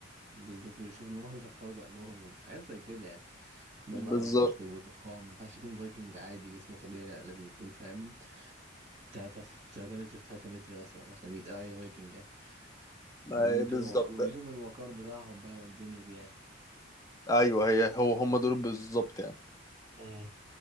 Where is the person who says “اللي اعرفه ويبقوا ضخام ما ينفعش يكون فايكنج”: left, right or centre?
Right